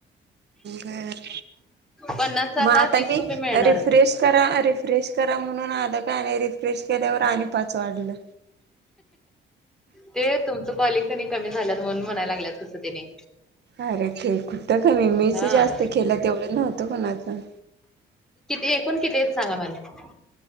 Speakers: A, on the right (about 60°); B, in the centre.
A: घर
B: पन्नासच
A: मग आता
B: तीस
A: मी
B: रुपये मिळणार
A: रिफ्रेश करा रिफ्रेश करा म्हणून आल का आणि रिफ्रेश केल्यावर आणि पाच वाढलं
B: ते तुमचं कॉलिंग कनी कमी झालंत म्हणून म्हणायला लागल्यात कसं तने
A: अरे खेळ कूठत खमी मेच
B: हा
A: जास्त केलं तेवढं नव्हतं कोणाचं
B: एकऐण कितीच सांगा मला